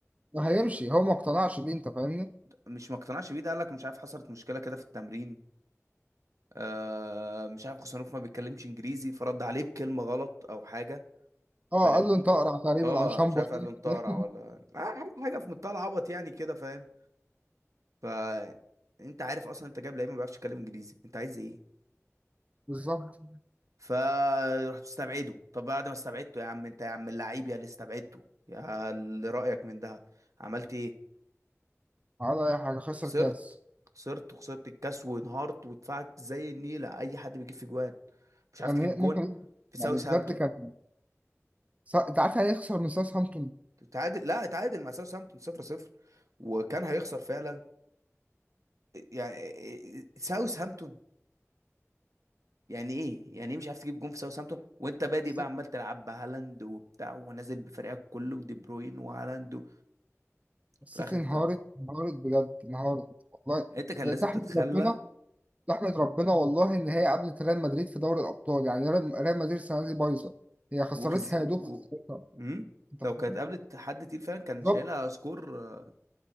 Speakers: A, on the right (about 25°); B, on the right (about 80°).
A: ما هيمشي هو ما اقتنعش بيه انت فاهمني
B: مش ما اقتنعش بيه ده قال لك مش عارف حصلت مشكلة كده في التمرين آه مش عارف خوسانوف ما بيتكلمش انجليزي فرد عليه بكلمة غلط او حاجة
A: اه
B: فاهم
A: قال له انت اقرع تقريبا
B: اه
A: او شامبو
B: مش عارف
A: حاجة
B: قال له انت اقرع ولا آه حاجة حاجة في منتهى العبط يعني كده فاهم ف انت عارف اصلا انت جايب لعيب ما بيعرفش يتكلم انجليزي انت عايز ايه
A: <laughs> بالظبط
B: فرحت استبعده طب بعد ما استبعدته يا عم انت يا عم اللعيب يا اللي استبعدته يا اللي رأيك من ده عملت ايه
A: على اي حاجه خسر
B: خسرت
A: كاس
B: خسرت وخسرت الكاس وانهارت ودفعك زي النيلة اي حد بيجيب في جوان مش عارف
A: كان
B: تجيب
A: يعني
B: جون
A: ممكن
B: في
A: يعني
B: ساوثهامبتون
A: بجد كان س- انت عارف يعني ايه يخسر من ساوثهامبتون
B: تعادل لا اتعادل مع ساوثهامبتون صفر صفر وكان هيخسر فعلا يعني ساوثهامبتون يعني ايه يعني ايه مش عارف تجيب جون في ساوثهامبتون وانت بادئ
A: الس-
B: بقى عمال تلعب بهالاند وبتاع ونازل بفريقك كله ودي بروين وهالاند و...
A: السيتي
B: في الاخر
A: انهارت
B: تتعادل
A: انهارت بجد انهارت والله
B: انت كان
A: ده
B: لازم
A: تحمد
B: تتخلى
A: ربنا تحمد ربنا والله ان هي قابلت ريال مدريد في دوري الابطال يعني ريال ريال مدريد السنه دي بايظه هي خسرتها
B: وكز و...
A: يا دوب خسرتها
B: مم؟
A: انت
B: لو
A: فاهم
B: كانت قابلت حد تقيل فعلا كان
A: بالظبط
B: شايلها سكور آه،